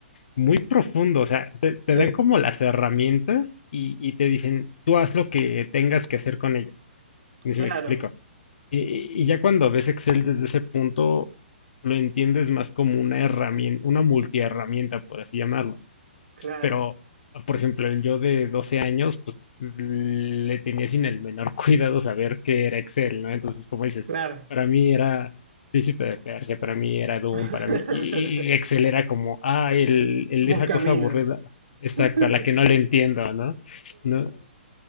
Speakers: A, on the left; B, on the right.
A: muy profundo. O sea, te, te
B: sí,
A: dan como las herramientas y, y te dicen, tú haz lo que tengas que hacer con ellas. No sé
B: claro,
A: si me explico. Y, y ya cuando ves Excel desde ese punto, lo entiendes más como una herramienta, una multiherramienta, por así llamarlo.
B: claro,
A: Pero, por ejemplo, el yo de 12 años, pues le tenía sin el menor <laughs> cuidado saber qué era Excel, ¿no? Entonces, como dices,
B: claro.
A: para mí era Príncipe de Persia, para mí era Doom,
B: <laughs>
A: para mí, y y Excel era como, ah, el, el-
B: Buscaminas.
A: esa cosa aburrida, exacta,
B: <laughs>
A: la que no le entiendo, ¿no? ¿No?